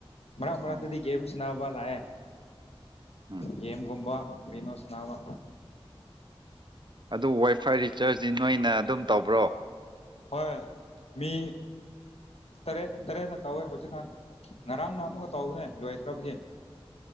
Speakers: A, on the left; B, on the right.
A: ꯃꯔꯛ ꯃꯔꯛꯇꯗꯤ
B: ꯑꯣ
A: ꯒꯦꯝ ꯁꯟꯅꯅꯕ ꯂꯥꯛꯑꯦ
B: ꯎꯝ
A: ꯒꯦꯝꯒꯨꯝꯕ ꯀꯅꯣꯁ ꯅꯃ
B: ꯑꯗꯨ ꯋꯥꯏ ꯐꯥꯏ ꯔꯤꯆꯥꯔꯖꯗꯤ ꯅꯣꯏꯅ ꯑꯗꯨꯝ ꯇꯧꯕ꯭ꯔꯣ
A: ꯍꯣꯏ ꯃꯤ ꯇꯔꯦꯠ ꯇꯔꯦꯠꯅ ꯇꯧꯋꯦ ꯍꯧꯖꯤꯛꯀꯥꯟ ꯉꯔꯥꯡꯅ ꯑꯃꯨꯛꯀ ꯇꯧꯕꯅꯦ ꯂꯣꯏꯈ꯭ꯔꯕꯒꯤ